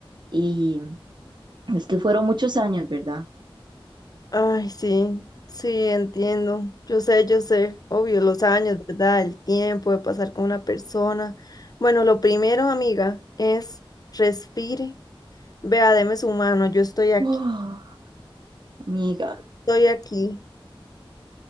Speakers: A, on the right; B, on the left.
A: y es que fueron muchos años, ¿verdad?
B: Ay, sí, sí, entiendo. Yo sé, yo sé, obvio, los años, ¿verdad? El tiempo de pasar con una persona. Bueno, lo primero, amiga, es respire, vea, deme su mano, yo estoy aquí,
A: Uf, amiga,
B: estoy aquí.